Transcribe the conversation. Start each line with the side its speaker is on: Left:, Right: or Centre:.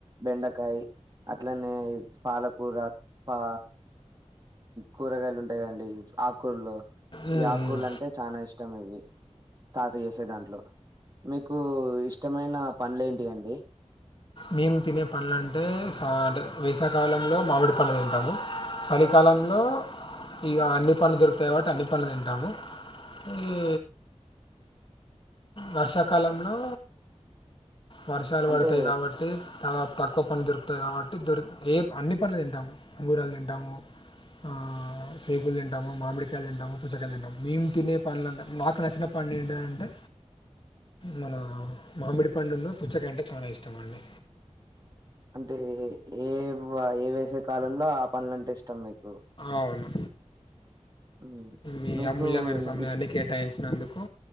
Right: బండకాయ అట్లనే పాలకూర పా కూరగాయలు ఉంటాయి కడి ఆకూలు
Left: ఉమ్,
Right: ఈ ఆకూరలు
Left: ఉమ్.
Right: అంటే చాలా ఇష్టం ఇవి తాత చేసే దాంట్లో మీకు ఇష్టమైన పనులు ఏంటి అండి
Left: మేము తినే పంల అంటేంట వేసాకాలంలో మామిడి పంలు తింటాము చలికాల లంలో ఇక అన్ని పనులు దొరుకుతాయిబట్టి అన్ని పనులు తింటాము ఏ వర్షాకాలంలో వర్షాలు
Right: అంటే
Left: పడతాయి కాబట్టి చాలా తక్కువ పనులు దొరుకుతాయి కాబట్టి ద ఏ అన్ని పనులు తింటాము అంగూరాలు తింటాము ఆ సేబులు తంటాము మామిడికాయలు తింటాము పుచ్చకాయలు తంటాము మేము తినే పనులుంటము నాకు నచ్చిన ప పండింటి అంటే మన మామిడి పండున్న పుచ్చక అంటే చాలా ఇష్టం అండి
Right: అంటే ఏ ఏ వేసే కాలంలో ఆ పనులంటే ఇష్టం మీకు
Left: అవును
Right: ఉమ్.
Left: మీ
Right: మీకు
Left: అమూల్యమైన సమయాన్ని
Right: ఇష్
Left: కేటాయించినందుకు